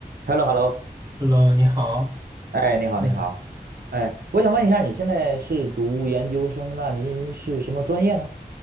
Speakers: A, on the right (about 80°); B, on the right (about 25°).
A: h e l l o h e l l o
B: Hello，你好，
A: 哎，你好，
B: 嗯、
A: 你好，哎，我想问一下，你现在是读研究生，那您是什么专业呢？